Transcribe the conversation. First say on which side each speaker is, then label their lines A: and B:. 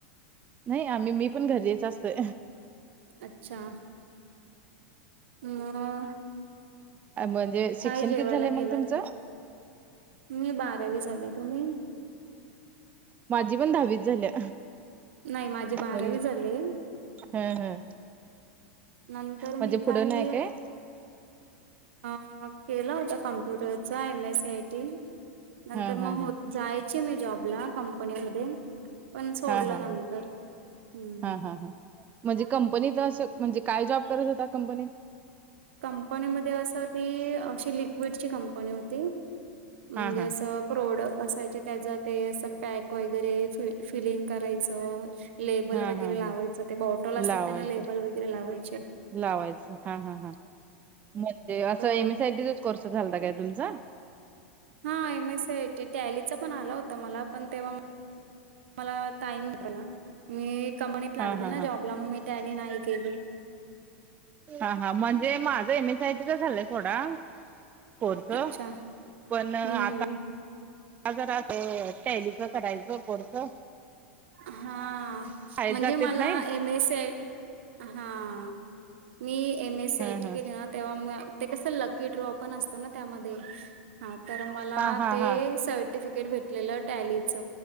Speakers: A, on the right (about 25°); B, on the right (about 75°).
A: नाही, आम्ही मी पण घरीच असते.
B: अच्छा, म
A: म्हणजे, शिक्षण
B: जेवायला
A: किती झालंय, मग
B: केलात?
A: तुमचं.
B: मी बारावी झाले तुम्ही
A: माझी पण दहावीच झाल्या
B: नाही माझी बारावी
A: मु
B: झाले
A: हा हा
B: नंतर
A: म्हणजे
B: मी
A: पुढं
B: काही
A: नाही काय
B: अ केला होता कमप्युटरचा M S C I T नंतर
A: हा हा
B: मग
A: हा
B: हो जायचे मी जॉबला कंपनीमध्ये पण सोडलं
A: हा हा
B: नंतर
A: हा
B: हम्म
A: हा हा हा म्हणजे कंपनीत असं म्हणजे काय जॉब करत होता कंपनीत.
B: कंपनी मध्ये असं ती अशी लिक्विडची कंपनी होती म्हणजे
A: हा हा
B: असं. प्रोडक्ट असायचे त्याच ते असं पॅक वगैरे फि फिलिंग करायचं. लेबल
A: हा
B: वगैरे
A: हा
B: लावायचं
A: हा
B: ते बॉटल असतात
A: लावायचं
B: त्यांना लेबल वगैरे लावायचे.
A: लावायचं हा हा हा म्हणजे असं
B: तो
A: M S C I T. चा कोर्स झालता काय तुमचा.
B: हा M S C I T टॅलीचा पण आला होता मला पण तेव्हा. मला टाईम होत ना मी कंपनीत लागली
A: हा हा
B: ना
A: हा
B: जॉबला म मी त्यानी नाही केली.
A: हा हा म्हणजे माझं एम एसआयटीच झालंय थोडा. कोर्
B: अच्छा
A: पण आता
B: हम्म
A: आता जरा टैलीच करायचं कोर्स.
B: हा
A: शाळेत
B: म्हणजे
A: जातेत
B: मला
A: नाही
B: M S C I T हा. मी एम एस सी
A: हा
B: आय टी
A: हा
B: केली ना तेव्हा ते कसं लकी ड्रॉ पण असतो ना त्यामध्ये. हा तर मला
A: हा हा
B: ते
A: हा
B: सर्टिफिकिट तिकट भेटलेलं टॅलीच